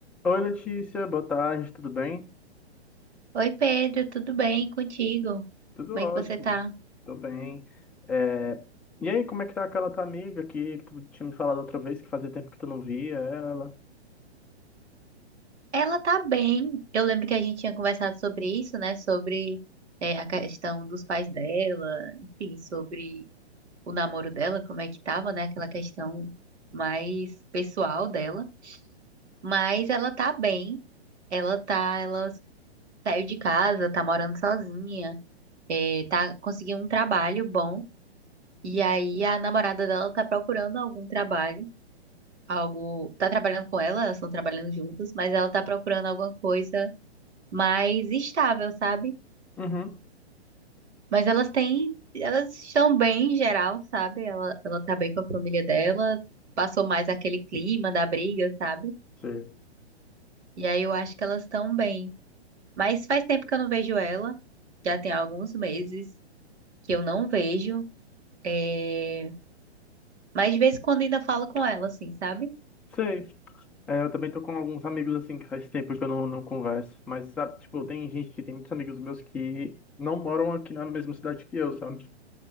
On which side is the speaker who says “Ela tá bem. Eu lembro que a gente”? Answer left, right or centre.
Right